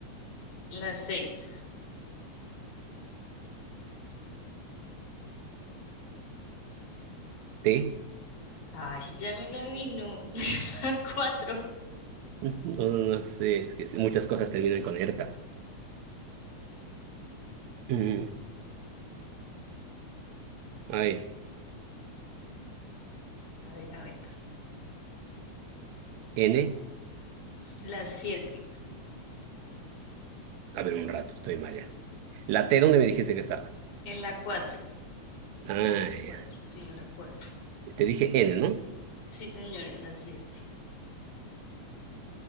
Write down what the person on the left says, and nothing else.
En la seis.
Ay, ya me la vino. <laughs> Cuatro.
A ver, a ver.
La 7.
en la cuatro. Uno, dos,
tres,
cuatro. Sí, en la 4.
Sí, señor, en la siete.